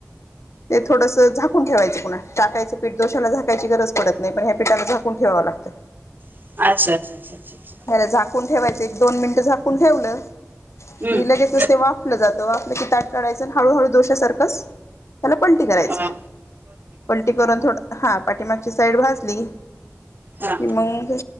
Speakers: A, on the left; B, on the right.
A: ते थोडस झाकून ठेवायचं पुन टाकायचं पीठदोशाला झाकायची गरज पडत नाही पण ह्या पिठाला झाकून ठेवावं लागतं
B: अच्छा अच्छा अच्छा अच्छा अच्छा
A: र झाकून ठेवायच एक दोन मिनट झाकून ठेवलं
B: हम्म
A: ति लगेचच ते वापलं जात त आपलं क तट टायचं हळूहळू दोशासारखंच त्याला पलटी करायचं
B: हा,
A: पलटी करून थोडं हा पाटिमा साईड भाजली
B: हा
A: इ मंगंग